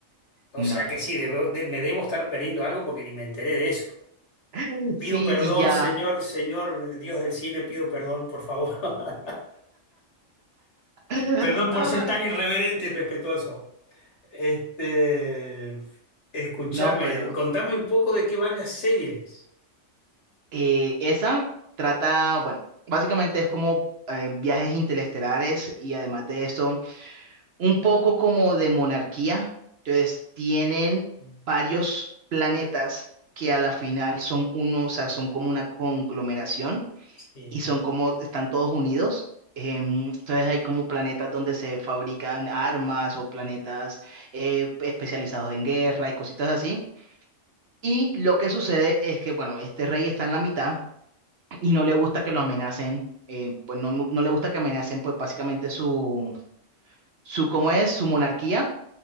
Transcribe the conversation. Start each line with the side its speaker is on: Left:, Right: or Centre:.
Left: O
Right: No.
Left: sea que sí, debo- de- me debo estar perdiendo algo porque ni me enteré de eso.
Right: <laughs>
Left: Pido
Right: Sí,
Left: perdón,
Right: y ya.
Left: señor, señor Dios del cine, pido perdón, por favor. <laughs>
Right: <laughs>
Left: Perdón por
Right: Ah.
Left: ser tan irreverente y respetuoso. Este, escúchame,
Right: No, pero
Left: contame un poco de qué van las series.
Right: eh, esa trata, bueno, básicamente es como eh, viajes interestelares y además de eso, un poco como de monarquía. Entonces, tienen varios planetas que a la final son uno, o sea, son como una conglomeración
Left: Sí,
Right: y son como, están todos unidos. Em, Entonces hay como planetas donde se fabrican armas o planetas eh, especializados en guerra y cositas así. Y lo que sucede es que, bueno, este rey está en la mitad y no le gusta que lo amenacen, eh, pues no, no no le gusta que amenacen, pues básicamente su, su, ¿cómo es? Su monarquía.